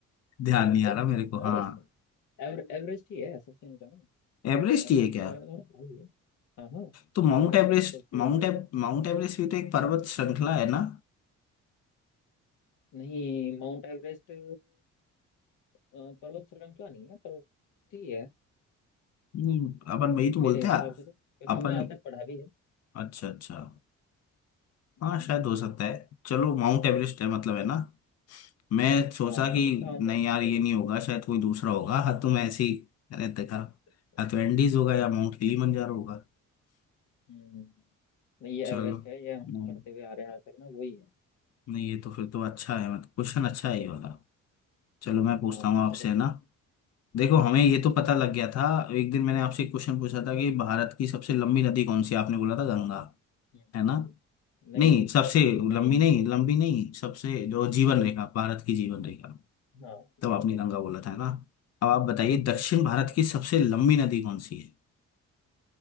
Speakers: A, on the left; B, on the left.
A: ध्यान
B: बोले
A: नहीं आ रहा मेरे को हाँ
B: अरे सर एवर, एवरेस्ट ही है सबसे ऊंचा ना
A: एवरेस्ट
B: एवरेस्ट
A: ही है
B: के
A: क्या
B: बारे में तो हमने पढ़ा ही है हाँ हाँ
A: तो माउंट
B: माउंट एवरेस्ट
A: एवरेस्ट
B: सबसे
A: माउंट
B: ऊंचा ही
A: एव,
B: है
A: माउंट एवरेस्ट भी तो एक पर्वत श्रृंखला है ना
B: नहीं माउंट एवरेस्ट अ, पर्वत श्रृंखला नहीं है पर्वत ही है
A: नहीं अपन वही तो
B: मेरे
A: बोलते हैं
B: हिसाब से तो क्योंकि हमने
A: अपन
B: आज तक पढ़ा भी है
A: अच्छा अच्छा
B: हम्म,
A: हाँ शायद हो सकता है चलो माउंट एवरेस्ट है मतलब है ना मैं सोचा
B: हाँ
A: कि
B: इसका आंसर
A: नहीं
B: माउंट
A: यार ये
B: एवरेस्ट
A: नहीं होगा शायद कोई दूसरा होगा हाँ तो मैं ऐसे ही मैंने देखा
B: अच्छा।
A: हाँ तो एंडीज होगा या माउंट किलीमंजारो होगा
B: हम्म नहीं ये
A: चलो
B: एवरेस्ट है ये हम
A: नहीं
B: पढ़ते हुए आ रहे हैं आज तक ना वही है
A: नहीं ये तो फिर तो अच्छा है मतलब क्वेश्चन अच्छा है ये वाला चलो मैं पूछता
B: हाँ
A: हूँ आपसे
B: अच्छा क्वेश्चन
A: है ना
B: है
A: देखो हमें ये
B: जी
A: तो पता लग गया था एक दिन मैंने आपसे एक क्वेश्चन पूछा था कि भारत की सबसे लंबी नदी कौन सी है? आपने बोला था गंगा
B: हम्म,
A: है ना
B: जी। नहीं
A: नहीं सबसे
B: नहीं
A: लंबी नहीं लंबी नहीं सबसे जो जीवन रेखा भारत की जीवन रेखा तब
B: हाँ
A: तो
B: जीवन
A: आपने
B: रेखा
A: गंगा बोला था है ना अब आप बताइए दक्षिण
B: हाँ जी
A: भारत
B: हाँ जी
A: की सबसे लंबी नदी कौन सी है